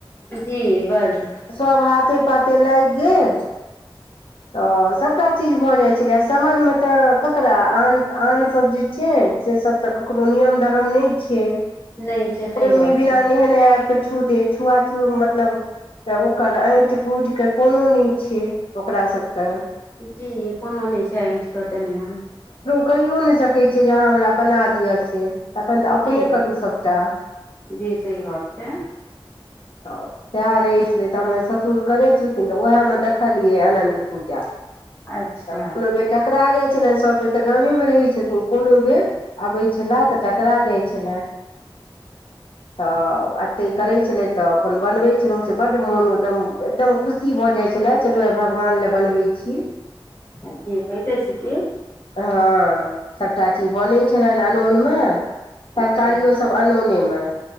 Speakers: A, on the left; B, on the left.
A: जी बड्ड
B: सब हाथे पाते लाइग गेल तऽ सभटा चीज भऽ जाइत छलै शहरमे तऽ ककरा आन आन सब जे छै से सब तऽ ककरो नियम धरम नइ छै
A: नइ छै सही
B: ओहिमे
A: बात
B: बिना
A: छै
B: नहेने आबिक छू दे छू आ मतलब तऽ ओकर ऐट कूट कऽ कोनो नइ छै ओकरा सबके
A: जी कोनो नहि ऐठ कऽ तऽ नियम
B: कहियो नहि सकैत छ जे अहाँ हमरा बना दिअ से तखन तऽ अपने
A: जी
B: करू सभटा
A: जी सही बात छै
B: <inaudible> ह सएह रहै छलै तऽ हमर ससुर करै छलखिन तऽ उएहमे देखलियै अनन्त पुजा तब
A: अच्छा
B: कोनो बे ठकरा जाइत छलनि सभ बेर तऽ गामे मे रहै छथिन कोनो बेर अबै छले तऽ टकरा जाइ छले <inaudible> तऽ एतहि करै छलै तऽ अपन बनबै छलहुँ से बड्ड मोन एकदम एकदम खुशी की भऽ जाइ छले चलू आ भगवान लए बनबै छी
A: जी होयइते छै की
B: हँ सभटा चीज बनै छलनि अनोन मे तरकारियो
A: अच्छा
B: सब अनोने म